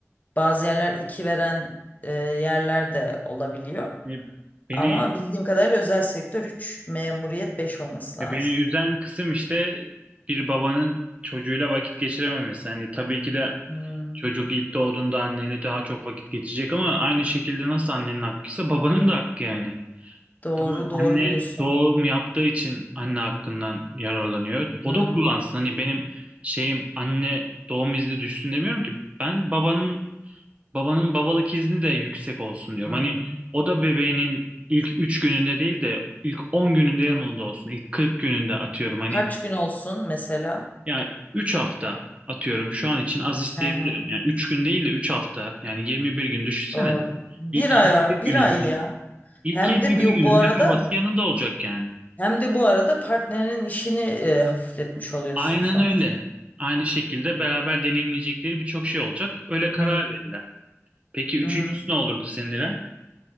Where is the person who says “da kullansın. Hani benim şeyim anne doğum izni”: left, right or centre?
Right